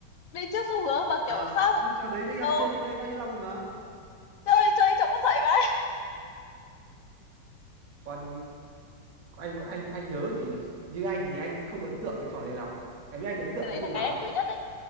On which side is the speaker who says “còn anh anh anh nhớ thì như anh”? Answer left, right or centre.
Right